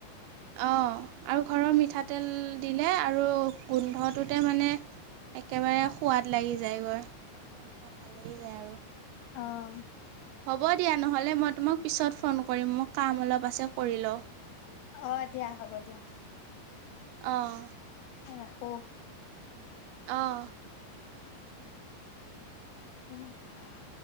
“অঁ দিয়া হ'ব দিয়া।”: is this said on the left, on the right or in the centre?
Left